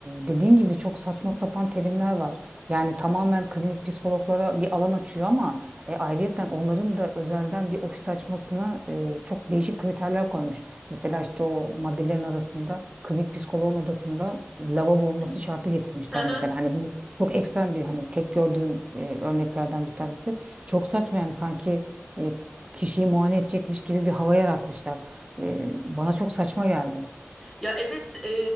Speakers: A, on the right; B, in the centre.
A: dediğin gibi çok saçma sapan terimler var. Yani tamamen klinik psikologlara bir alan açıyor ama e, ayrıyetten onların da özelden bir ofis açmasına e, çok değişik kriterler koymuş. Mesela işte o maddelerin arasında klinik psikoloğun odasında lavabo olması
B: <laughs>
A: şartı getirmişler
B: Hı hı.
A: mesela. Hani bu çok ekstrem bir hani tek gördüğüm e, örneklerden bir tanesi. Çok saçma yani sanki e, kişiyi muayene edecekmiş gibi bir hava yaratmışlar. Ee, bana çok saçma geldi.
B: Ya evet e,